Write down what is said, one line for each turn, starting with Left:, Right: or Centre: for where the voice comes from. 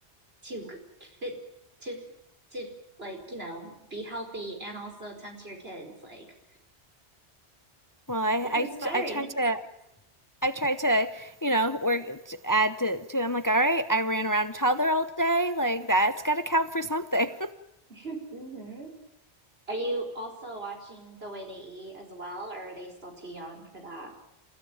Right: to g- fit to to like you know be healthy and also tend to your kids like
Left: Well, I
Right: it's
Left: I,
Right: inspiring
Left: I try to I try to you know work add to, to I'm like all right I ran around a toddler all day like that's got to count for something.
Right: <laughs> hmm are you also watching the way they eat as well or are they still too young for that